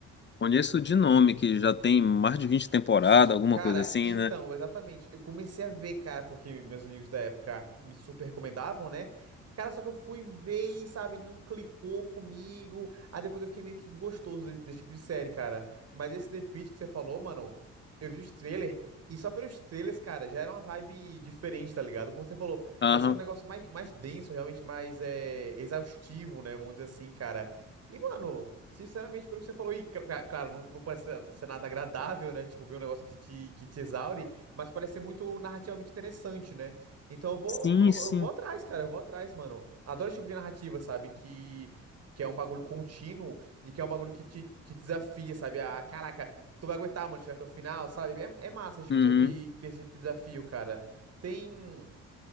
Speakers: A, on the left; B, on the right.
A: Conheço de nome, que já tem mais de 20 temporadas,
B: S-
A: alguma
B: Cara,
A: coisa assim,
B: então,
A: né?
B: exatamente. Eu comecei a ver, cara, porque meus amigos da época me super recomendavam, né? Cara, só que eu fui ver e, sabe, não clicou comigo. Aí depois eu fiquei meio que desgostoso de- desse, tipo de série, cara. Mas esse The Pitt que você falou, mano, eu vi os trailers. E só pelos trailers, cara, já era uma vibe diferente, tá ligado? Como você falou,
A: Aham.
B: parecia um negócio mais, mais denso, realmente mais é, exaustivo, né? Vamos dizer assim, cara. E, mano. Sinceramente, pelo que você falou, e, ca- ca- cara, não, não parece ser ser nada agradável, né? Tipo, ver um negócio que te, que te exaure, mas parece ser muito narrativamente interessante, né? Então eu vou,
A: Sim, sim.
B: eu vou atrás, cara, eu vou atrás, mano. Adoro esse tipo de narrativa, sabe? Que, que é um bagulho contínuo e que é um bagulho que te, que desafia, sabe? Ah, caraca, tu vai aguentar, mano, chegar até o final, sabe? É, é massa esse
A: Uhum.
B: tipo, que, que tem esse tipo de desafio, cara. Tem